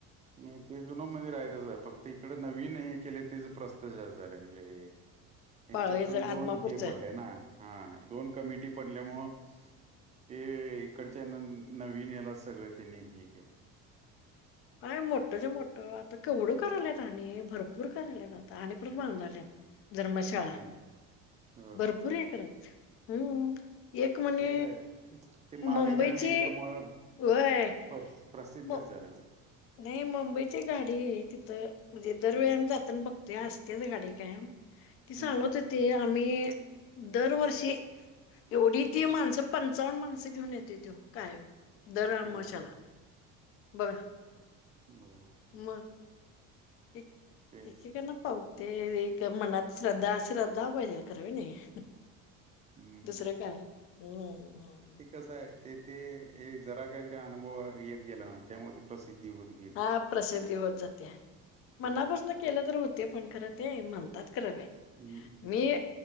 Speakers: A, on the right; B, on the left.
A: नाही ते जुने मंदिर आहे तस. फक्त इकडे नवीन हे केले त्याचे प्रस्थ जास्त झालय. म्हणजे हे त्यांच्यात
B: बाळ
A: पण
B: आदमापूरचं
A: दोन हे पडले ना. हा दोन कमिटी पडल्यामुळ ते इकडच्या न नवीन याला सगळ त्यांनी हे केल.
B: काय मोठ जे मोठ, आता केवढ करायलात. आणि भरपूर करायलात आता. आणि परत बांधाल्यात. धर्मशाळा
A: हम्म हो
B: भरपूर एकरात हम्म एक म्हणे
A: ते काय ते मालिका
B: मुंबईची
A: आणि ह्याच्यामुळं
B: होय,
A: परस- प्रसिद्धच
B: म
A: झालं त्याला
B: नाही मुंबईची गाडी आहे तिथ. म्हणजे दरवेळेला आम्ही जातना बघतोय असतेच गाडी कायम. ती सांगत
A: हम्म
B: होती, आम्ही दरवर्षी एवढी ती माणस, पंचावन्न माणस घेऊन येतोय तो कायम. दर आमवस्येला
A: हम्म
B: बघा.
A: बर
B: मग, एक-
A: तेच
B: एकीकडन पाव ते मनात एक मनात श्रद्धा श्रद्धा पाहिजे होय नाही
A: हम्म
B: दुसरं काय हम्म
A: कस हाय ते ते जरा काहीतरी अनुभव येत गेला ना त्यामुळे ते प्रसिद्धी होत गेली.
B: हा प्रसिद्धी होत जात्या मनापासनं
A: हा सर
B: केलं तर होते पण खरं ते म्हणतात खरं बाई
A: हम्म
B: मी